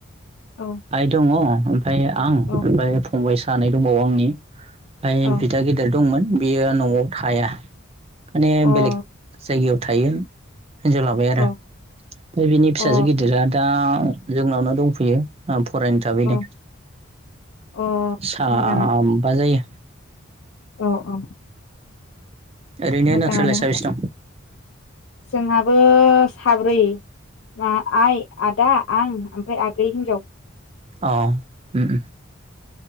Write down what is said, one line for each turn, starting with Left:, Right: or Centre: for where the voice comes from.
Left: औ
Right: आइ दङ ओमफफ्राय आं ओमफफ्राय
Left: औ
Right: फंबाय सानै दंबावो आंनि ओमाय
Left: औ
Right: बिदा गेदेर दंमोन बियो न'आव थाया माने
Left: अ
Right: बेलेग जायगायाव थायो हिनजाव लाबाय आरो
Left: औ
Right: ओमफ्राय बिनि
Left: अ
Right: फिसाजो गिदिरा दा जोंनावनो दंफैयो फरायनो थाबैदों।
Left: अ अ
Right: साबबा
Left: मोजाङानो
Right: जायो
Left: औ औ
Right: ओरैनो
Left: मोजाङानो
Right: नोंस्रालाय
Left: ह
Right: साबेसे दं
Left: जोंहाबो साब्रै म आइ आदा आं ओमफ्राय आगै हिनजाव
Right: अ उम